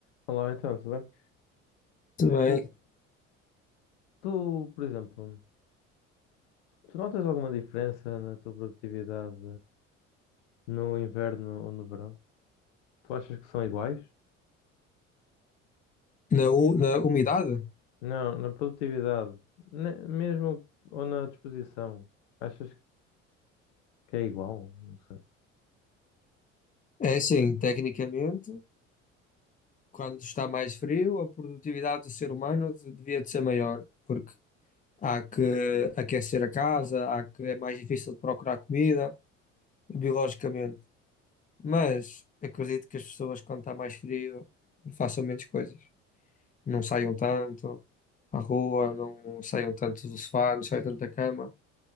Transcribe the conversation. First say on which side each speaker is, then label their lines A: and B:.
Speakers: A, on the left; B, on the left.
A: Olá, então, tudo bem?
B: Muito bem.
A: Tu, tu, por exemplo, tu notas alguma diferença na tua produtividade no inverno ou no verão? Tu achas que são iguais?
B: Na, u- na umidade?
A: Não, na produtividade, ne- mesmo ou na disposição, achas que é igual? Não sei.
B: É assim, tecnicamente, quando está mais frio, a produtividade do ser humano de- devia de ser maior, porque há que aquecer a casa, há que é mais difícil de procurar comida, biologicamente. Mas acredito que as pessoas, quando está mais frio, façam menos coisas. Não saiam tanto à rua, não saiam tanto do sofá, não saiam tanto da cama.